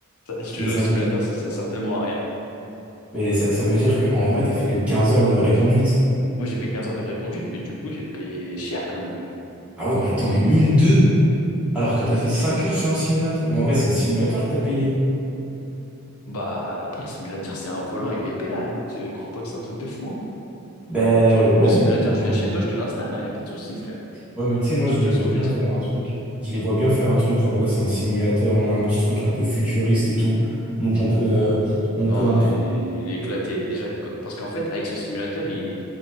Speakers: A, on the left (about 80°); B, in the centre.
A: Ça, je te
B: Mais
A: jure,
B: ça,
A: le simulateur, ça, ça sert tellement à rien.
B: mais ça, ça veut dire qu'en vrai, t'as fait que 15 heures de vraie conduite.
A: Moi, j'ai fait quinze heures de vraie conduite, mais du coup, j'ai payé cher quand même.
B: Ah ouais, mais attends, mais 1002 alors que t'as fait 5 heures sur un simulateur? Mais en vrai, c'est le simulateur que t'as payé.
A: Bah, après, le simulateur, c'est un volant et des pédales, hein. Tu crois pas que c'est un truc de fou, hein.
B: Ben
A: Genre, le,
B: ouais,
A: le simulateur,
B: mais,
A: je
B: enfin,
A: viens chez toi, je te l'installe, Il n'y a pas de souci, frère.
B: ouais, mais tu sais, moi,
A: Tu,
B: je
A: tu
B: les
A: vois
B: vois
A: ce que
B: bien
A: je veux dire?
B: faire un truc. Je les vois bien faire un truc, genre, ouais, c'est un simulateur, on a un petit truc un peu futuriste et tout. Donc, on peut, euh, on
A: Non,
B: peut en... pro-
A: il est éclaté. Déjà, qu- parce qu'en fait, avec ce simulateur, il,